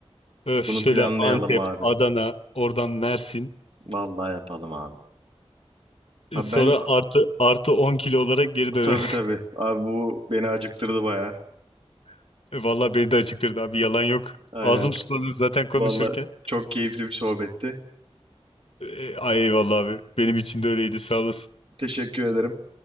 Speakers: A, on the left (about 65°); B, on the right (about 60°).
A: Öf şöyle
B: Bunu planlayalım
A: Antep,
B: abi.
A: Adana, oradan Mersin.
B: Vallahi yapalım abi.
A: e,
B: Abi
A: Sonra
B: ben
A: artı artı 10 kilo olarak geri dön.
B: tabii tabii abi bu beni acıktırdı baya.
A: <laughs> Vallahi beni de acıktırdı abi yalan yok.
B: Aynen
A: Ağzım sulanıyor zaten konuşurken.
B: vallahi çok keyifli bir sohbetti.
A: E, ay eyvallah abi. Benim için de öyleydi sağ olasın.
B: Teşekkür ederim.